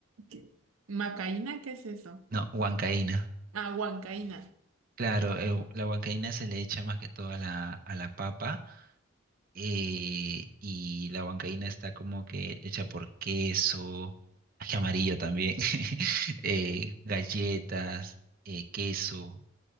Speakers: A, on the right (about 85°); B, on the right (about 45°).
A: ¿Qué- ¿Macaína? ¿Qué es eso?
B: No, huancaína.
A: Ah, huancaína.
B: Claro, eh, la huancaína se le echa más que todo a la, a la papa eh, y la huancaína está como que hecha por queso, ají amarillo también, <laughs> eh, galletas, eh, queso.